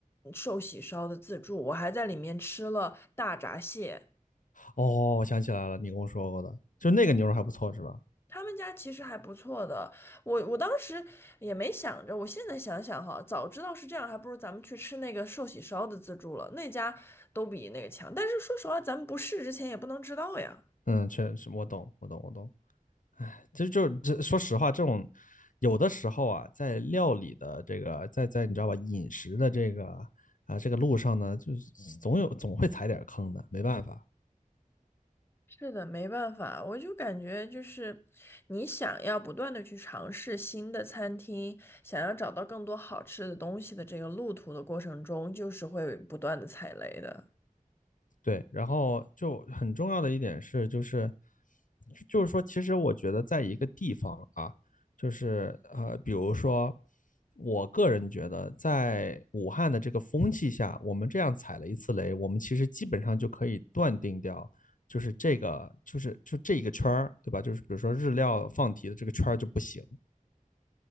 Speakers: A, on the left; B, on the left.
A: 寿喜烧的自助，我还在里面吃了大闸蟹。
B: 哦，我想起来了，你跟我说过的，就那个牛肉还不错是吧？
A: 他们家其实还不错的，我我当时也没想着，我现在想想哈，早知道是这样，还不如咱们去吃那个寿喜烧的自助了，那家都比那个强。但是说实话，咱们不试之前也不能知道呀。
B: 嗯，确实，我懂，我懂，我懂。哎，其实就是这，说实话，这种有的时候啊，在料理的这个，在在你知道吧，饮食的这个啊、这个路上呢，就是总有总会踩点儿坑的，没办法。
A: 是的，没办法，我就感觉就是你想要不断的去尝试新的餐厅，想要找到更多好吃的东西的这个路途的过程中，就是会不断的踩雷的。
B: 对，然后就很重要的一点是，就是就是说，其实我觉得在一个地方啊，就是呃，比如说，我个人觉得，在武汉的这个风气下，我们这样踩了一次雷，我们其实基本上就可以断定掉，就是这个就是就这一个圈儿，对吧？就是比如说日料放题的这个圈儿就不行，